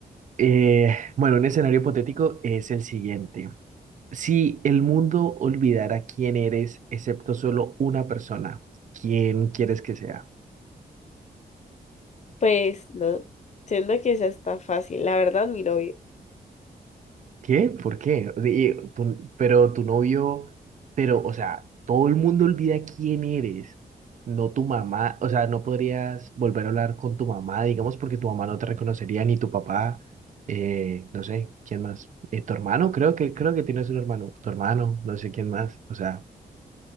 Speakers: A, on the right; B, on the left.
A: Eh, bueno, un escenario hipotético es el siguiente. Si el mundo olvidara quién eres, excepto solo una persona, ¿quién quieres que sea?
B: Pues no, siento que esa está fácil. La verdad, mi novio.
A: ¿Qué? ¿Por qué? O sea, y tu- pero tu novio, pero, o sea, todo el mundo olvida quién eres, no tu mamá, o sea, no podrías volver a hablar con tu mamá, digamos, porque tu mamá no te reconocería, ni tu papá, eh, no sé, ¿quién más? Eh, tu hermano, creo que, creo que tienes un hermano, tu hermano, no sé quién más, o sea,